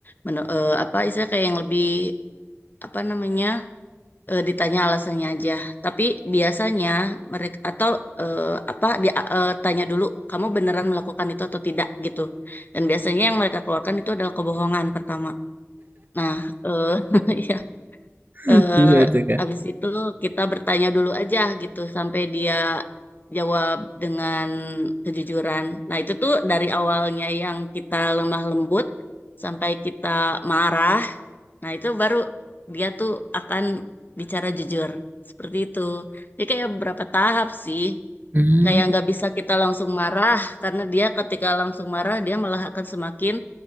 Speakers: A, on the left (about 40°); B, on the right (about 40°).
A: men- eh, apa istilah kayak yang lebih apa namanya? Eh, ditanya alasannya aja. Tapi biasanya mereka atau eh, apa dia eh, tanya dulu kamu beneran melakukan itu atau tidak gitu. Dan biasanya yang mereka keluarkan itu adalah kebohongan pertama. Nah, eh <laughs> ya eh
B: <laughs> itu
A: habis itu kita bertanya dulu aja gitu sampai dia jawab dengan kejujuran. Nah, itu tuh dari awalnya yang kita lemah lembut sampai kita marah Nah, itu baru dia tuh akan bicara jujur. Seperti itu. Jadi kayak beberapa tahap sih.
B: kak.
A: Kayak nggak bisa kita langsung marah, karena dia ketika langsung marah, dia malah akan semakin